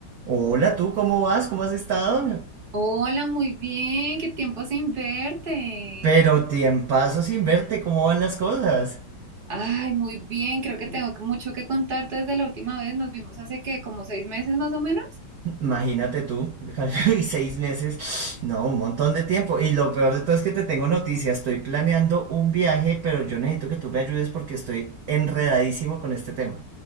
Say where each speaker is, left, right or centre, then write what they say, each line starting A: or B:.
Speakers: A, on the right; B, on the right.
A: Hola, tú, ¿cómo vas? ¿Cómo has estado?
B: Hola, muy bien, qué tiempo sin verte.
A: Pero tiempazo sin verte, ¿cómo van las cosas?
B: Ay, muy bien, creo que tengo mucho que contarte desde la última vez. Nos vimos hace que como seis meses más o menos.
A: Imagínate tú, <laughs> y seis meses, no, un montón de tiempo. Y lo peor de todo es que te tengo noticias, estoy planeando un viaje, pero yo necesito que tú me ayudes porque estoy enredadísimo con este tema.